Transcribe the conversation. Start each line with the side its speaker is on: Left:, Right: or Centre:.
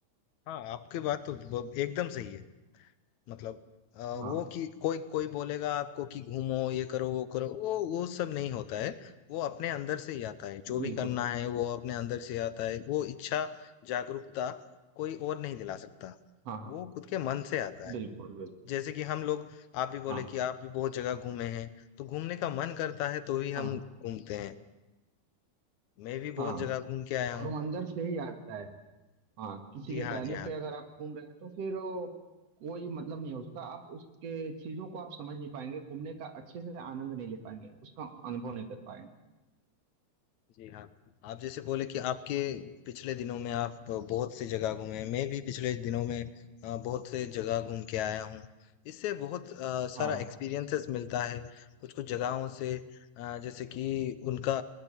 Left: हाँ आपकी बात तो ब- एकदम सही है मतलब अ, वो
Right: हाँ
Left: कि कोई कोई बोलेगा आपको कि घूमो ये करो वो करो वो वो सब नहीं होता है वो अपने अंदर से ही आता है जो
Right: बिल्कुल
Left: भी करना है वो अपने अंदर से आता है वो इच्छा जागरूकता कोई और नहीं दिला सकता
Right: हाँ हाँ
Left: वो खुद के मन से आता है
Right: बिल्कुल बिल्कुल
Left: जैसे कि हम लोग आप भी बोले
Right: हाँ
Left: कि आप भी बहुत जगह घूमे हैं तो घूमने का मन करता है तो ही हम
Right: हाँ
Left: घूमते हैं मैं भी बहुत
Right: हाँ
Left: जगह घूम के आया हूँ
Right: और वो अंदर से ही आता है हाँ किसी
Left: जी
Right: के कहने
Left: हाँ जी हाँ
Right: पे अगर आप घूम रहे हैं तो फिर वो कोई मतलब नहीं है उसका आप उसके चीजों को आप समझ नहीं पाएंगे घूमने का अच्छे से आनंद नहीं ले पाएंगे उसका अनुभव नहीं कर पाएंगे
Left: जी हाँ आप जैसे बोले कि आपके पिछले दिनों में आप बहुत से जगह घूमे हैं मैं भी पिछले दिनों में अ, बहुत से जगह घूम के आया हूँ इससे बहुत अ, सारा
Right: हाँ
Left: एक्सपीरियंसेस मिलता है कुछ कुछ जगहों से अ, जैसे कि उनका